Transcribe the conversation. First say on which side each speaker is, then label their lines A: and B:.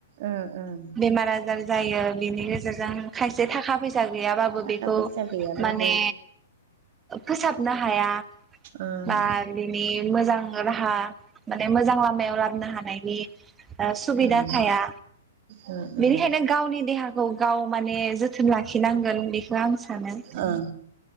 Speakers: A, on the right; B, on the right.
A: ओं ओं
B: बेमार आजार जायो बिनि गेजेरजों खायसे थाखा फैसा गैयाबाबो
A: थाखा
B: बेखौ
A: फैसा गैयाबाबो
B: माने फोसाबनो हाया
A: ओम
B: बा बिनि मोजां राहा माने मोजां लामायाव लाबोनो हानायनि ओ सुबिदा
A: ओम
B: थाया
A: ओम
B: बेनिखायनो
A: ओम
B: गावनि देहाखौ गाव माने जोथोन लाखिनांगोन बेखौ आं सानो
A: ओं